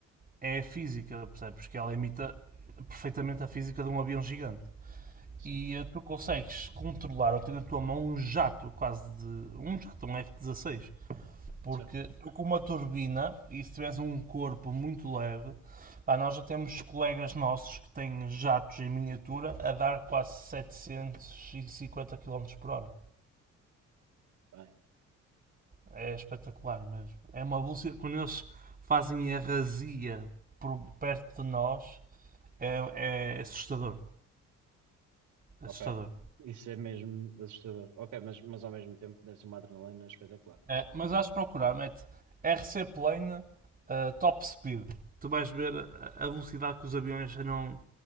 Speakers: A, on the right; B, on the right.
A: é a física, percebes? Porque ela imita perfeitamente a física de um avião gigante.
B: Sim,
A: E eh, tu consegues controlar ou ter na tua mão um jato, quase de. um jato, um f dezasseis. Porque
B: certo.
A: tu com uma turbina, e se tiveres um corpo muito leve, pá, nós já temos colegas nossos que têm jatos em miniatura a dar quase 750 km por hora.
B: Bem,
A: É espetacular mesmo. É uma velocidade. Quando eles fazem a razia por perto de nós, é, é assustador. assustador.
B: ok. Isso é mesmo assustador. Ok, mas, mas ao mesmo tempo deve ser uma adrenalina espetacular.
A: É, mas vais procurar, mete RC Plane uh, Top Speed. Tu vais ver a a velocidade que os aviões andam